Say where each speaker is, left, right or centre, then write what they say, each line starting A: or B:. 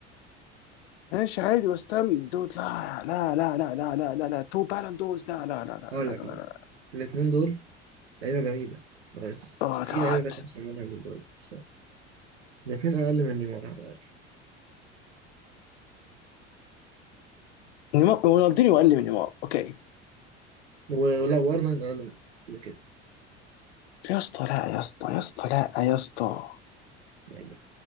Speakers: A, on the left; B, on the right.
A: ماشي عادي بس تم دود لا لا لا لا لا لا لا لا تو بالون دوز لا لا لا لا
B: هقول
A: لا
B: لك
A: لا
B: هقول
A: لا
B: لك الاتنين دول لعيبة جميلة بس
A: اوه
B: في
A: جاد
B: لعيبة جت أحسن منها من برضه بس الاتنين أقل من نيمار على الأقل
A: نيمار رونالدينيو اقل من نيمار اوكي
B: و- ولا وأرنولد أقل من كده كده
A: يا اسطى لا يا اسطى يا اسطى لا يا اسطى
B: يعني